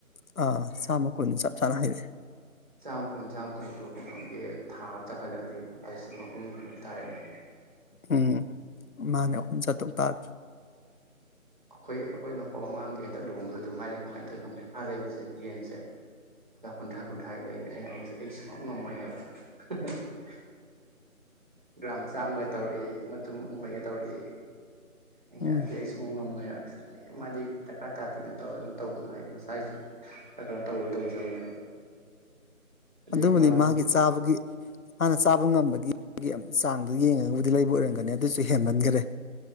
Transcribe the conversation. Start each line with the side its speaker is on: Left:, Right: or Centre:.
Left: ꯑꯥ ꯆꯥꯝꯃ ꯀꯨꯟ ꯆꯞ ꯆꯥꯅ ꯍꯥꯏꯔꯛꯑꯦ
Right: ꯆꯥꯝ ꯀꯨꯟ ꯆꯥꯝ ꯀꯨꯟꯗꯣ ꯀꯩꯅꯣꯒꯤ ꯊꯥ ꯆꯈꯠꯂꯗꯤ ꯃꯄꯨ ꯇꯥꯔꯦꯅ
Left: ꯎꯝ ꯃꯥꯅꯦ ꯑꯍꯨꯝ ꯆꯥꯇ꯭ꯔꯨꯛ ꯇꯥꯏ
Right: ꯑꯩꯈꯣꯏ ꯑꯩꯈꯣꯏ ꯂꯝꯄꯥꯛ ꯃꯃꯥꯡꯒꯤ ꯍꯟꯗꯛ ꯂꯨꯍꯣꯡꯗꯣꯏꯗꯣ ꯃꯥꯥꯏꯗꯤ ꯀꯃꯥꯏꯅ ꯇꯧꯈꯪ ꯏꯝꯐꯥꯜ ꯂꯩꯕꯁꯦ ꯌꯦꯟꯁꯦ ꯂꯨꯄꯥ ꯀꯨꯟꯊ꯭ꯔꯥ ꯀꯨꯟꯊ꯭ꯔꯥꯒꯤ ꯂꯩꯔꯦ ꯑꯩꯅ ꯑꯩꯁꯦ ꯑꯩ ꯁꯨꯛ ꯉꯝꯃꯣꯏ ꯍꯥꯏꯕ <unintelligible> ꯒꯔꯥꯝ ꯆꯝꯒ ꯇꯧꯔꯛꯏ ꯃꯇꯨꯝ ꯑꯍꯨꯝ ꯃꯔꯤꯒ ꯇꯧꯔꯛꯏ ꯑ
Left: ꯎꯝ
Right: ꯑꯗꯨꯗꯤ ꯑꯩ ꯁꯨꯛꯉꯝ ꯉꯝꯃꯣꯏ ꯃꯥꯗꯤ ꯗꯔꯀꯥꯔ ꯇꯥꯗꯦꯅ ꯇꯧꯔꯒ ꯑꯗꯨꯝ ꯇꯧꯕꯗꯣ ꯍꯥꯏꯗꯤ ꯃꯁꯥꯒꯤꯁꯨ ꯈꯔ ꯀꯩꯅꯣ ꯇꯧ ꯇꯧꯖꯕꯅꯦꯕ ꯑꯗꯩ
Left: ꯑꯗꯨꯕꯨꯗꯤ
Right: ꯃꯔꯣꯟ
Left: ꯃꯥꯒꯤ ꯆꯥꯕꯒꯤ ꯍꯥꯟꯅ ꯆꯥꯕ ꯉꯝꯕꯒꯤꯒꯤ ꯆꯥꯡꯗꯨꯣ ꯌꯦꯡꯉꯒꯕꯨꯗꯤ ꯂꯩꯕ ꯑꯣꯏꯔꯝꯒꯅꯤ ꯑꯗꯨꯁꯨ ꯍꯦꯟꯃꯟꯈꯔꯦ